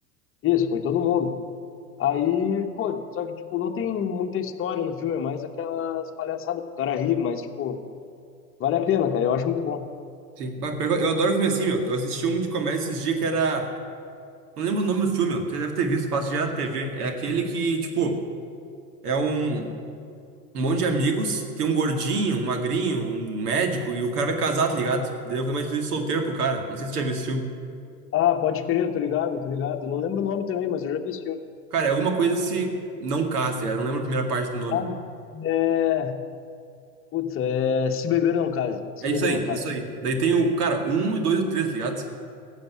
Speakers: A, on the left (about 25°); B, on the right (about 75°).
A: Isso, foi todo mundo. Aí, pô, só que, tipo, não tem muita história no filme, é mais aquelas palhaçadas pro cara rir, mas, tipo, vale a pena, cara, eu acho muito bom.
B: Sim. Bah, pior que Eu eu adoro filme assim, meu. Eu assisti um de comédia esses dias que era. Não lembro o nome do filme, meu. Você deve ter visto, passa já na TV. É aquele que, tipo, é um, um monte de amigos, tem um gordinho, um magrinho, um médico, e o cara vai casar, tá ligado? Daí foi uma despedida de solteiro pro cara. Não sei se você já viu esse filme.
A: Ah, pode crer, tô ligado, tô ligado. Não lembro o nome também, mas eu já vi esse filme.
B: Cara, é alguma coisa se não casa, tá ligado? Eu Não lembro a primeira parte do nome.
A: Ah, é. Puta, é. Se beber não case. Se
B: É
A: beber
B: isso aí,
A: não case.
B: isso aí. Daí tem o, cara, um e dois e o três, tá ligado?